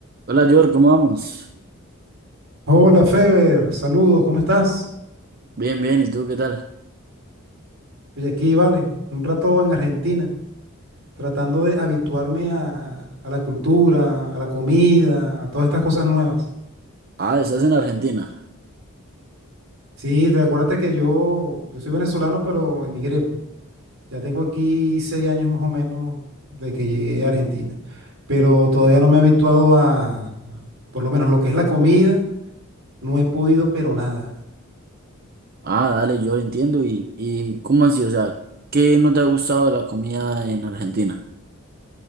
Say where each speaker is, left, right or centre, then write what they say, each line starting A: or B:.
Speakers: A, on the right; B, on the right.
A: Hola, George, ¿cómo vamos?
B: Hola Feber, saludos, ¿cómo estás?
A: Bien, bien, ¿y tú qué tal?
B: Oye, aquí vale, un rato en Argentina, tratando de habituarme a, a la cultura, a la comida, a todas estas cosas nuevas.
A: Ah, estás en Argentina.
B: Sí, te acuérdate que yo, yo soy venezolano, pero emigré, pues. Ya tengo aquí seis años más o menos de que llegué a Argentina, pero todavía no me he habituado a, por lo menos lo que es la comida, no he podido, pero nada.
A: Ah, dale, yo lo entiendo. ¿Y, y cómo así? O sea, ¿qué no te ha gustado de la comida en Argentina?